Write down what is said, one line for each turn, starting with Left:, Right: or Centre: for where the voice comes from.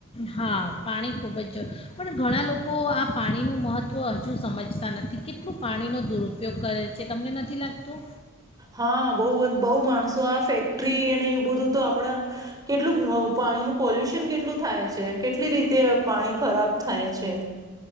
Left: હા. પાણી ખૂબ જ જો પણ ઘણા લોકો કો આ પાણીનું મહત્ત્વ સમજતા નથી કેટલું પાણીનો દુરુપયોગ કરે છે તમને નથી લાગતું.
Right: હા બહ બહુ માણસો આ ફેક્ટરી અને એવું બધું તો આપડા, કેટલું પાણીનું પોલ્યુશન કેટલું થાય છે કેટલી રીતે પાણી ખરાબ થાય છે.